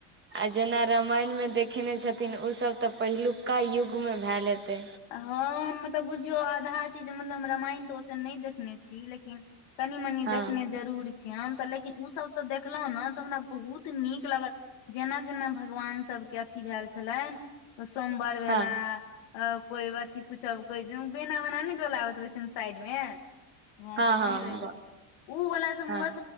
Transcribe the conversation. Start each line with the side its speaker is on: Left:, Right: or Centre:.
Right: आ जेना रामायण मे देखेने छथिन ओसभ तऽ पहिलुका युग मे भैल हेतै
Left: हँ मतलब बुझियौ आधा चीज जे मतलब हम रामायण तऽ ओते त नय देखने छी लेकिन कनि मनी
Right: हँ
Left: देखने जरूर छी हम तऽ लेकिन ओसभ तऽ देखलहुँ ने तऽ हमरा बहुत नीक लागल जेना जेना भगवान सभके अथी भेल छलनि सोम्वर भेला
Right: हँ
Left: अ कोइ अथी कुछो कोइ बेना वना नय डोलाबति रहै छै साइड मे वहाँ
Right: हँ
Left: सबके
Right: हँ
Left: नय रहै छथि ओ वला सब
Right: हँ
Left: बस